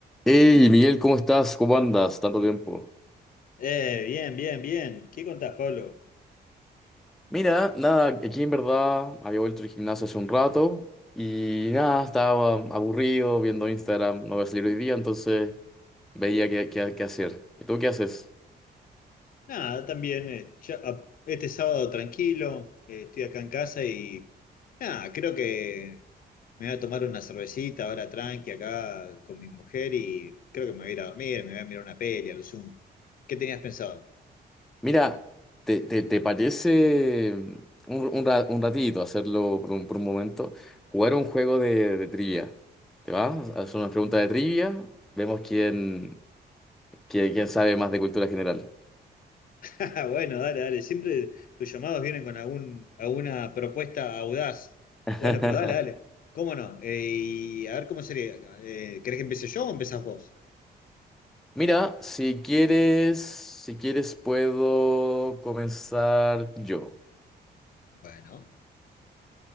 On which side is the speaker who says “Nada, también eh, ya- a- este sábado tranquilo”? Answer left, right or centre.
Left